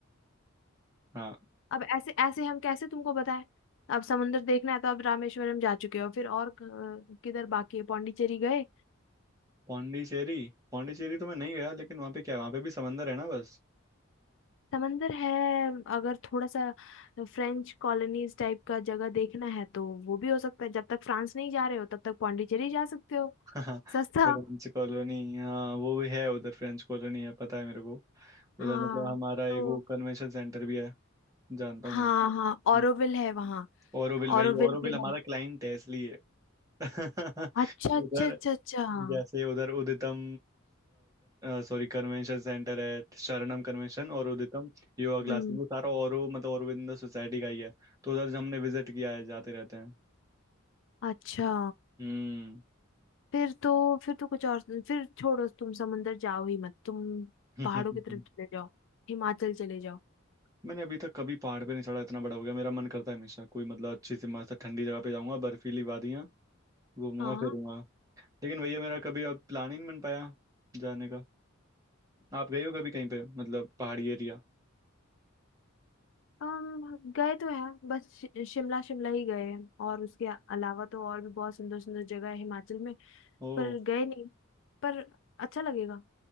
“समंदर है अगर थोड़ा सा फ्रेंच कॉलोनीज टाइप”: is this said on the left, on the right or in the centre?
Left